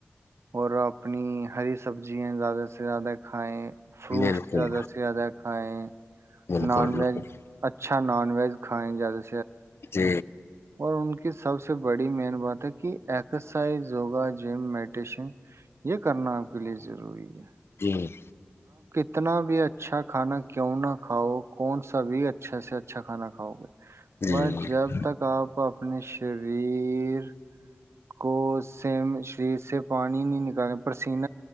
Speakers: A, on the right (about 75°); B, on the left (about 60°).
A: اور اپنی ہری سبزیا زیادہ سے زیادہ کھائیں فروٹس
B: بالکل
A: زیادہ سے زیادہ کھائائے
B: بالکل
A: نان
B: بالکل
A: ویج اچھا نان ویج کھائیں جد
B: جی
A: اور ان کی سب سے بڑی مین بات ہے کہ ایکسرسائز یوگا جم میڈیٹیشن یہ کرنا آپ کے لیے ضروری ہے
B: جی
A: اتنا بھی اچھا کھانا کیوں نہ کھاؤ کون سا بھی اچھا سے اچھا کھانا کھاؤ گے
B: جی
A: مگر
B: نہیں
A: جب تک آپ اپنے شریر کو سے شریر سے پانی نہیں نکالنے پر سنے